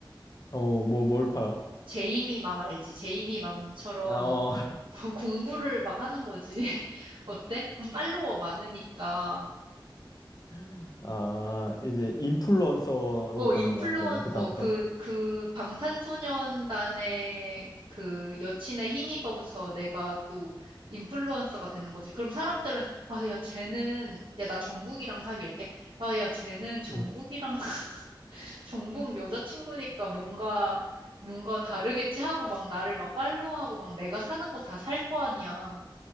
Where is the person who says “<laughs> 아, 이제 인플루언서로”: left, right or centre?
Left